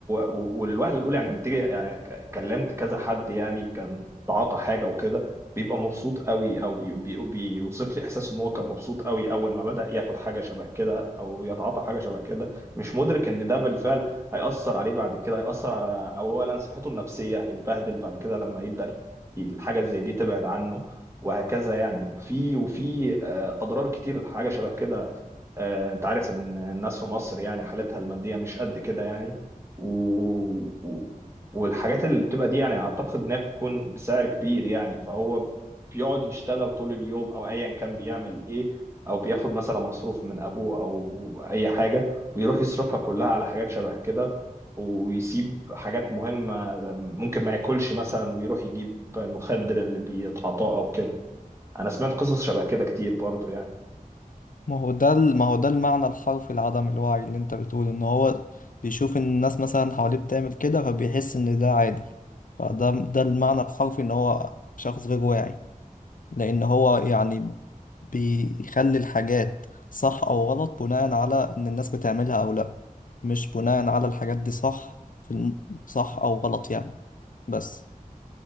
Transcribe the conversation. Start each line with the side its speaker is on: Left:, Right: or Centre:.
Right: و- والوهله الاولى يعني لما تيجي يعني ك- كلمت كذا حد يعني كان تعاطى حاجه وكده بيبقى مبسوط قوي او بي بي بيوصف لي احساس ان هو كان مبسوط قوي اول ما بدا ياخد حاجه شبه كده او يتعاطى حاجه شبه كده مش مدرك ان ده بالفعل هيأثر عليه بعد كده هيأثر على اولا صحته النفسيه هيتبهدل بعد كده لما يبدا ي- الحاجه زي دي تبعد عنه وهكذا يعني وفي وفي آه، اضرار كتير الحاجه شبه كده آه، انت عارف ان الناس في مصر يعني حالتها المادية مش قد كده يعني و... و... والحاجات اللي بتبقى دي يعني اعتقد انها بتكون بسعر كبير يعني فهو بيقعد يشتغل طول اليوم او ايا كان بيعمل ايه او بياخد مثلا مصروف من ابوه او اي حاجة ويروح يصرفها كلها على حاجات شبه كده ويسيب حاجات مهمة ممكن ما ياكلش مثلا ويروح يجيب المخدر اللي بيتعاطاه او كده انا سمعت قصص شبه كده كتير برضو يعني
Left: ما هو ده ال- ما هو ده المعنى الحرفي لعدم الوعي اللي أنت بتقول إن هو بيشوف إن الناس مثلا حواليه بتعمل كده فبيحس إن ده عادي فده ده المعنى الحرفي إن هو شخص غير واعي لأن هو يعني بيخلي الحاجات صح أو غلط بناء على إن الناس بتعملها أو لأ مش بناء على الحاجات دي صح في الم... صح أو غلط يعني بس